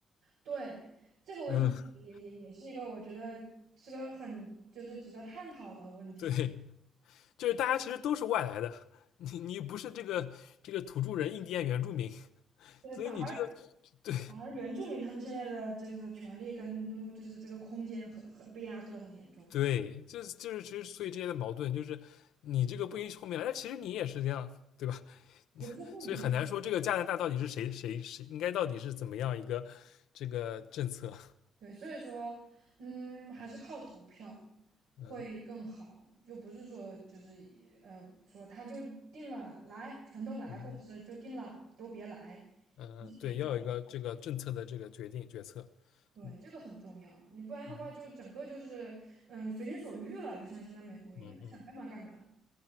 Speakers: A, on the right (about 85°); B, on the left (about 80°).
A: 对，这个问题也也也是一个我觉得是个很就是值得探讨的问题。
B: 嗯，对，就是大家其实都是外来的，你你不是这个这个土著人、印第安原住民，
A: 对，
B: 所以你这个
A: 反而
B: 对
A: 反而原住民他们现在的就是权利跟就是这个空间很很被压缩的很严重，
B: 对，就是就是其实所以这些的矛盾就是你这个不允许后面来，但其实你也是这样，对吧？<laughs>
A: 也不是说不允
B: 所以很难说这个加拿大到底是谁谁谁应该到底是怎么样一个这个政策，
A: 对，所以说，嗯，还是靠投票会更好，
B: 嗯
A: 就不是说就是呃说他就定了来全都来，
B: 嗯
A: 或者是就定了都别来，
B: 嗯，
A: 你是哪个？
B: 对，要有一个这个政策的这个决定决策，
A: 对，
B: 嗯
A: 这个很重要，你不然的话就整个就是嗯随心所欲了，
B: 嗯
A: 就像现在美国一样，
B: 嗯嗯
A: 他想干嘛干嘛，